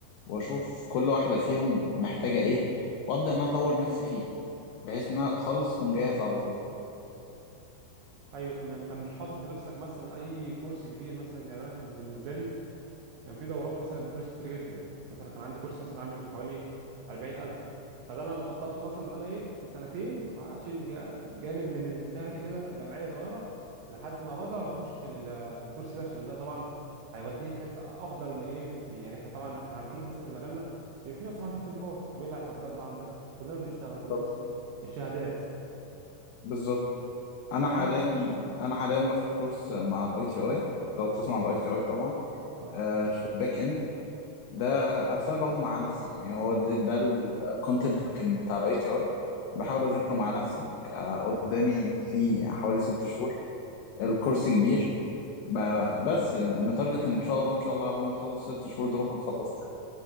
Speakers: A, on the left; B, on the right.
A: واشوف كل واحده فيهم محتاجه ايه وابدا ان أنا اطور نفسي فيه بحيث ان انا اخلص اكون جاهز على طول
B: ايوه تمام طب مش حاطط لنفسك مثلا اي كورس كبير مثلا يعني انا كان بالنسبه لي كان في دورات مثلا بفلوس كتير جدا مثلا كان عندي كورس مثلا عامل حوالي 40000 فده انا مخطط له مثلا ان انا ايه في سنتين هشيل جا- جانب من شهري كده جمعيه صغيره لحد ما بقدر واخش في ال- في الكورس ده عشان ده طبعا هيوديني في حته افضل من ايه في- يعني احنا طبعا احنا عارفين مثلا مجالنا بيبقى فيه مثلا 10 تنفار طب ايه اللي هيفضل ده عن ده كلنا بنشتغل كلنا
A: بالظبط
B: فاهمين الشهادات
A: بالظبط انا
B: فاهم
A: حاليا انا حاليا باخد كورس مع الاي تي اي لو بتسمع الاي تي اي طبعا
B: اه
A: آه، في الباك اند ده بس انا باخده مع نفسي يعني هو ده, ده الكونتنت اللي كان بتاع الاي تي اي بحاول اذاكره مع نفسي آه، قدامي في حوالي ست شهور الكورس كبير ب- بس متارجت ان شاء الله ان شاء الله قبل ما اخلص ست شهور دول هكون خلصت